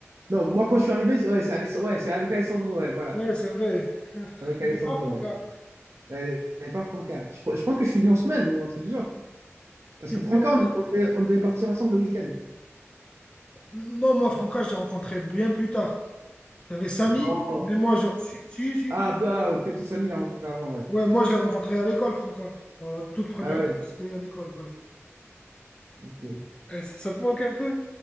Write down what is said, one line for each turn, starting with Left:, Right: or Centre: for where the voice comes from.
Right: Non, moi, quand je suis arrivé, c'est ouais, c'est Aless- ouais, c'est avec Alessandro, ouais, voilà.
Left: Ouais, c'est vrai. <laughs>
Right: Avec
Left: Je
Right: Alessandro,
Left: l'ai pas Franca.
Right: ouais. Ouais, et pas Franca. Je, je pense que je suis venu en semaine ou un truc du genre. Parce
Left: T'es
Right: que
Left: venu.
Right: Franca, on, on devait, on devait partir ensemble le week-end.
Left: Non, moi, Franca, je l'ai rencontré bien plus tard. Il y avait Samy,
Right: Non.
Left: mais moi, je... Si, si, si.
Right: Ah, bah, peut-être que Samy l'a rencontré avant, ouais.
Left: Ouais, moi, je l'ai rencontré à l'école, Franca. Alors, la toute première
Right: Ah ouais,
Left: fois, c'était à l'école, ouais.
Right: ok.
Left: Eh, ça, ça te manque un peu?